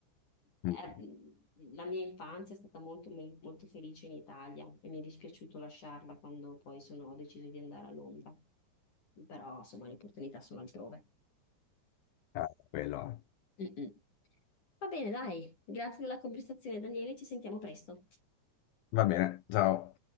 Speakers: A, on the left (about 40°); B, on the left (about 75°).
A: è-
B: Mm,
A: mm, la mia infanzia è stata molto, molto felice in Italia e mi è dispiaciuto lasciarla quando poi sono, ho deciso di andare a Londra. Però, insomma, le opportunità sono altrove.
B: eh, quello. è.
A: Mm, mm. Va bene, dai, grazie della conversazione, Daniele, ci sentiamo presto.
B: Va bene, ciao.